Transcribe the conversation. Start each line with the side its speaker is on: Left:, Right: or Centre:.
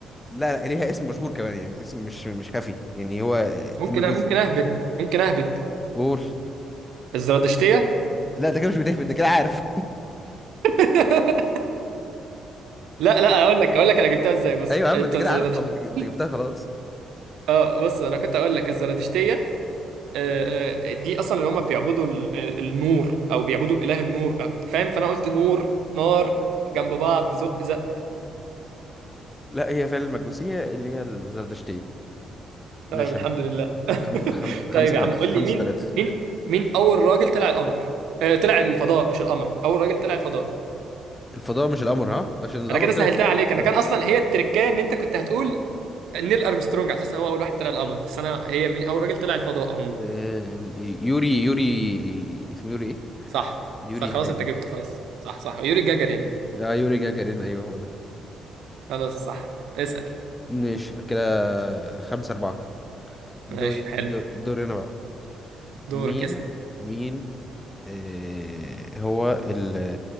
Left: لا لا ليها اسم مشهور كمان يعني اسم مش مش خفي يعني هو
Right: ممكن
Left: المجوس
Right: ممكن اهبد ممكن اهبد
Left: قول
Right: الزرادشتيه
Left: لا انت كده مش بتهبد انت كده عارف
Right: <laughs> لا لا اقول لك اقول لك انا جبتها ازاي بص
Left: ايوه يا عم
Right: انت
Left: انت كده
Right: الزرادشتيه
Left: عارف خلاص، انت انت
Right: <laughs>
Left: جبتها خلاص
Right: اه بص انا كنت اقول لك الزرادشتيه آه، آه، دي اصلا اللي هم بيعبدوا ال- ال- النور او بيعبدوا اله النور أو- فاهم فانا قلت نور نار جنب بعض زق زق
Left: لا هي فعلا المجوسية اللي هي الزردشتية
Right: طيب
Left: نشم
Right: الحمد لله
Left: خم...
Right: <laughs>
Left: خم... خمسة
Right: طيب يا
Left: تا-
Right: عم قول لي
Left: خمسة
Right: مين
Left: تلاتة
Right: مين مين اول راجل طلع القمر آه، طلع الفضاء مش القمر اول راجل طلع الفضاء
Left: الفضاء مش القمر ها عشان القمر
Right: انا كده
Left: تل...
Right: سهلتها عليك انا
Left: ال-
Right: كان اصلا هي التركية ان انت كنت هتقول نيل ارمسترونج على اساس هو اول واحد طلع القمر بس انا هي من اول راجل طلع الفضاء عموما
Left: ال- يوري يوري اسمه يوري ايه؟
Right: صح
Left: يوري
Right: صح خلاص
Left: حاجة
Right: انت
Left: كده
Right: جبته خلاص صح صح يوري جاجارين
Left: لا يوري جاجارين ايوه هو ده
Right: خلاص صح اسال
Left: ماشي كده خمسة أربعة دوري
Right: ماشي حلو
Left: دو- دوري أنا بقى
Right: دورك
Left: مين
Right: اسال
Left: مين آه، هو ال